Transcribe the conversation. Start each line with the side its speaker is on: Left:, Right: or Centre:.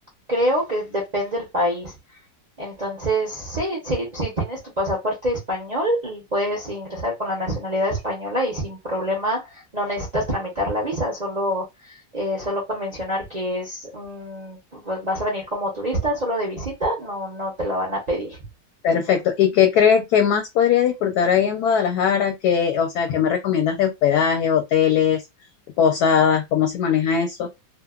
Right: creo que depende del país. Entonces, sí, sí, si tienes tu pasaporte español, l- puedes ingresar con la nacionalidad española y sin problema no necesitas tramitar la visa, solo, eh, solo con mencionar que es, mm, pues vas a venir como turista, solo de visita, no, no te la van a pedir.
Left: Perfecto. ¿Y qué crees que más podría disfrutar ahí en Guadalajara? ¿Qué, o sea, qué me recomiendas de hospedaje, hoteles, posadas, cómo se maneja eso?